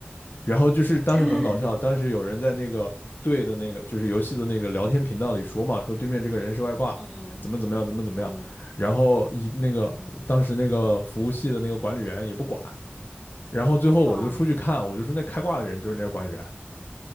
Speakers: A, on the left; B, in the centre.
A: 然后就是当时很搞笑，
B: <laughs>
A: 当时有人在那个队的那个就是游戏的那个聊天频道里说嘛，说对面这个人是外挂，
B: 嗯
A: 怎么怎么样，怎么怎么样。
B: 嗯，
A: 然后一那个当时那个服务器的那个管理员也不管，然后最后我就出去看，
B: 好。
A: 我就说那开挂的人就是那个管理员，